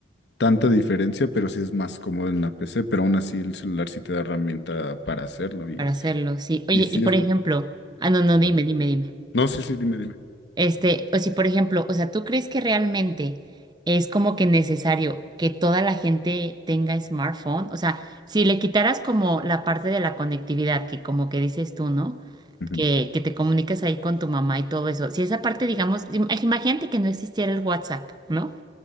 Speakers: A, on the left; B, on the right.
A: tanta diferencia, pero sí es más cómodo en la PC, pero aún así el celular sí te da herramienta para hacerlo y,
B: para hacerlo, sí. Oye,
A: y sí
B: y por
A: es
B: ejemplo,
A: lo...
B: ah, no, no,
A: ajá.
B: dime, dime, dime.
A: No, sí, sí, dime, dime.
B: Este, o si por ejemplo, o sea, ¿tú crees que realmente es como que necesario que toda la gente tenga smartphone? O sea, si le quitaras como la parte de la conectividad, que como que dices tú, ¿no?
A: Ujú.
B: Que, que te comunicas ahí con tu mamá y todo eso. Si esa parte, digamos, im- imagínate que no existiera el WhatsApp, ¿no?